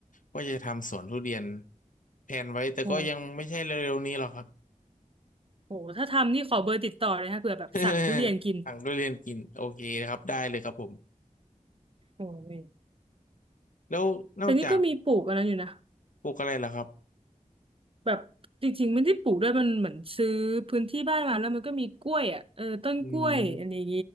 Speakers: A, on the left; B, on the right.
A: ก็จะทำสวนทุเรียนแผนไว้แต่ก็ยังไม่ใช่เร็วๆนี้หรอกครับ
B: โหโหถ้าทำนี่ขอเบอร์ติดต่อเลยนะเผื่อแบบสั่งทุเรียนกิน
A: <laughs> สั่งทุเรียนกินโอเคครับได้เลยครับผม
B: โอ้ย
A: แล้วนอกจาก
B: แต่นี่ก็มีปลูกอะไรอยู่นะ
A: ปลูกอะไรล่ะครับ
B: แบบจริงๆไม่ได้ปลูกด้วยมันเหมือนซื้อพื้นที่บ้านมาแล้วมันก็มีกล้วยอ่ะเออต้นกล้วยอันนี้
A: อืม